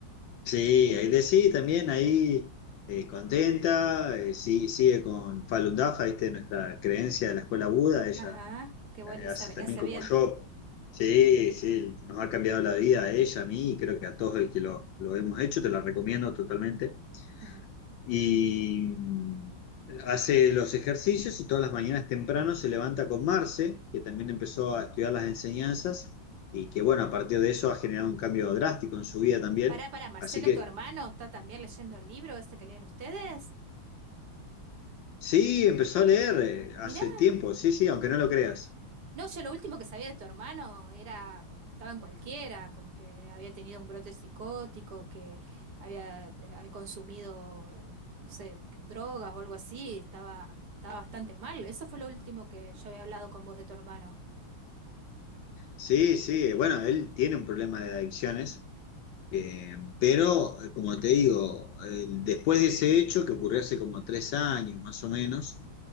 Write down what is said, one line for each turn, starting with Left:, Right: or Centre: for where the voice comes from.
Left: Sí, ahí de sí, también ahí eh, contenta, eh, sí, sigue con Falun Dafa, ¿viste? Nuestra creencia de la escuela Buda, ella
Right: Ajá, qué
Left: eh,
Right: bueno, Elizabeth,
Left: hace también
Right: la hace
Left: como
Right: bien.
Left: yo. Sí, sí, nos ha cambiado la vida a ella, a mí, y creo que a todos el que lo, lo hemos hecho, te la recomiendo totalmente.
Right: Ujú.
Left: y mm, hace los ejercicios y todas las mañanas temprano se levanta con Marce, que también empezó a estudiar las enseñanzas y que bueno, a partir de eso ha generado un cambio drástico en su vida también.
Right: Pará, pará, Marcelo,
Left: Así que
Right: tu hermano, está también leyendo el libro ese que leen ustedes.
Left: sí, empezó a leer eh, hace
Right: Mirá,
Left: tiempo, sí, sí, aunque no lo creas.
Right: no, yo lo último que sabía de tu hermano era como que estaba en cualquiera, como que había tenido un brote psicótico, que había, eh, había consumido, eh, no sé, drogas o algo así, estaba, estaba bastante mal. Eso fue lo último que yo había hablado con vos de tu hermano.
Left: Sí, sí, eh, bueno, él tiene un problema de adicciones Eh, pero, eh, como te digo, eh, después de ese hecho, que ocurrió hace como tres años más o menos,